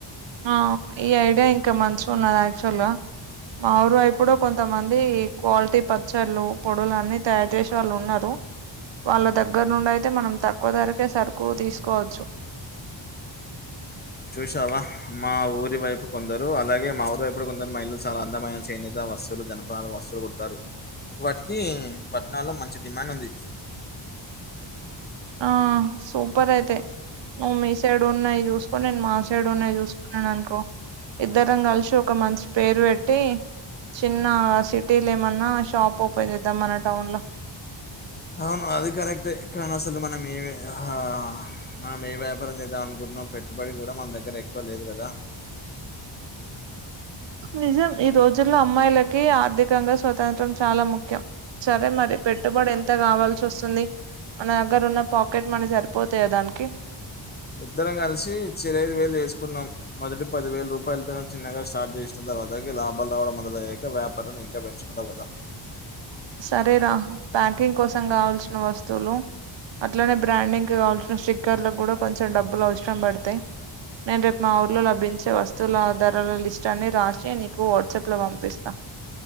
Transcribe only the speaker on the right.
ఆ ఈ ఐడియా ఇంకా మంచిగా ఉన్నది యాక్చువల్ గా మా ఊరు అయిప్పుడు కొంతమంది క్వాలిటీ పచ్చళ్ళు పొడలు అన్ని తయారు చేసే వాళ్ళు ఉన్నారు. వాళ్ళ దగ్గర నుండి అయితే మనం తక్కువ ధరకే సరుకు తీసుకోవచ్చు.
ఆ సూపర్ అయితే నువ్వు మీ సైడ్ ఉన్నాయి చూసుకో నేను మా సైడ్ ఉన్నాయి చూసుకున్నాను అనుకో ఇద్దరం కలిసి ఒక మంచి పేరు పెట్టి చిన్న సిటీలు ఏమన్నా షాప్ ఓపెన్ చేద్దాం మన టౌన్ లో
నిజం ఈ రోజుల్లో అమ్మాయిలకి ఆర్థికంగా స్వతంత్రం చాలా ముఖ్యం. సరే మరి పెట్టుబడి ఎంత కావాల్ వస్తుంది మన దగ్గర ఉన్న పాకెట్ మనీ సరిపోతాయ దానికి
సరేరా ప్యాకింగ్ కోసం కావాల్సిన వస్తువులు అట్లనే బ్రాండింగ్కి కావాల్సిన స్టిక్కర్లకు కూడా కొంచెం డబ్బులు అవసరం పడతాయి నేను రేపు మా ఊర్లో లభించే వస్తువుల ఆధారాల లిస్ట్ అన్ని రాసి నీకు వాట్సాప్లో పంపిస్తాను